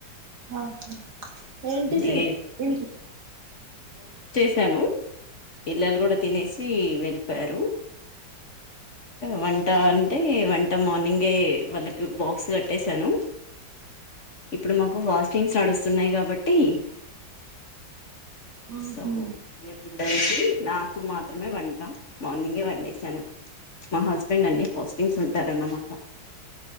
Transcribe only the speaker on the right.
ఆహా ఏం టిఫిన్
ఇంటి
ఊహు